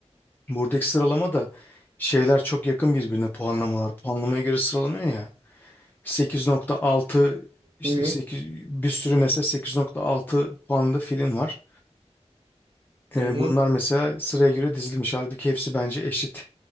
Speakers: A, on the left; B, on the right.
A: buradaki sıralama da şeyler çok yakın birbirine puanlamalar. Puanlamaya göre sıralanıyor ya. 8.6 işte
B: Hı hı.
A: 8 bir sürü mesela 8.6 puanlı film var. Ee,
B: Hı hı.
A: bunlar mesela sıraya göre dizilmiş. Halbuki hepsi bence eşit